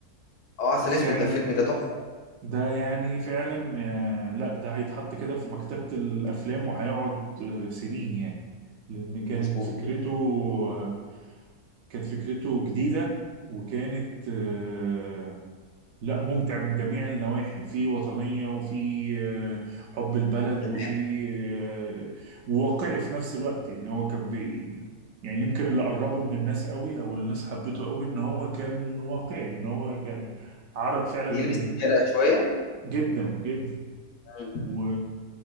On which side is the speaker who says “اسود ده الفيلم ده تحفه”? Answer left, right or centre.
Left